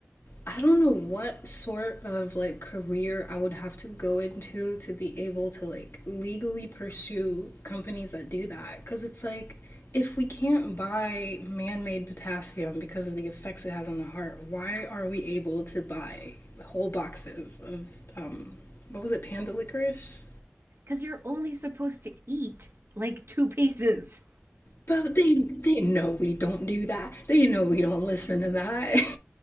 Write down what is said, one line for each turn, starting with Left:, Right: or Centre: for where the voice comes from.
Left: I don't know what sort of like career I would have to go into to be able to like legally pursue companies that do that cuz it's like if we can't buy man-made potassium because of the effects it has on the heart, why are we able to buy whole boxes of um what was it panda licorice?
Right: because you're only supposed to eat like two pieces.
Left: But they they know we don't do that. They know we don't listen to that. <laughs>